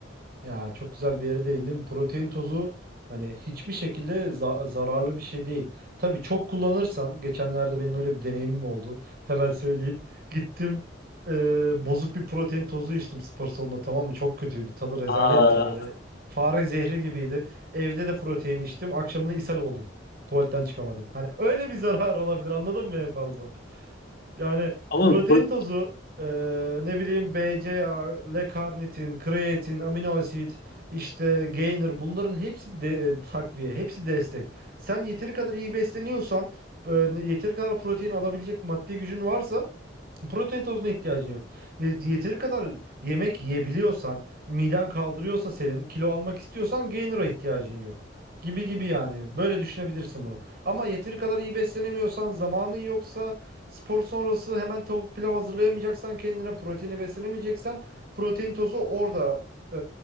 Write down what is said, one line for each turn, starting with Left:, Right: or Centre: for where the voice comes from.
Right: Ya çok güzel bir yere değindin. Protein tozu hani hiçbir şekilde za- zararlı bir şey değil. Tabii çok kullanırsan, geçenlerde benim öyle bir deneyimim oldu. Hemen söyleyeyim. Gittim e, bozuk bir protein tozu içtim spor salonunda tamam mı? Çok kötüydü. Tadı rezaletti
Left: Aa,
Right: böyle. Fare zehri gibiydi. Evde de protein içtim. Akşamına ishal oldum. Tuvaletten çıkamadım. Hani öyle bir zarar olabilir anladın mı en fazla? Yani
Left: ama
Right: protein
Left: pro-
Right: tozu e, ne bileyim BCAA, L-karnitin, kreatin, amino asit, işte gainer bunların hepsi de, e, takviye, hepsi destek. Sen yeteri kadar iyi besleniyorsan, e, yeteri kadar protein alabilecek maddi gücün varsa Protein tozuna ihtiyacın yok. Ne- Yeteri kadar yemek yiyebiliyorsan, miden kaldırıyorsa senin, kilo almak istiyorsan gainer'a ihtiyacın yok. Gibi gibi yani. Böyle düşünebilirsin bunu. Ama yeteri kadar iyi beslenemiyorsan, zamanın yoksa, spor sonrası hemen tavuk pilav hazırlayamayacaksan, kendine proteini beslenemeyeceksen, protein tozu orada e,